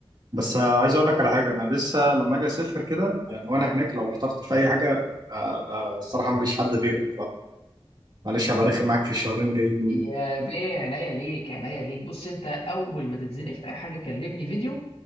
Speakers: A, on the right (about 45°); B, on the left (about 85°).
A: بس عايز اقول لك على حاجه انا لسه لما اجي اسافر كده يعني وانا هناك لو احترت في اي حاجه آه، انا الصراحه ماليش حد غيرك معلش هبقى رخم معاك في الشهرين الجايين دول
B: يا بيه عينيا ليك عينيا ليك بص انت اول ما تتزنق في اي حاجه كلمني فيديو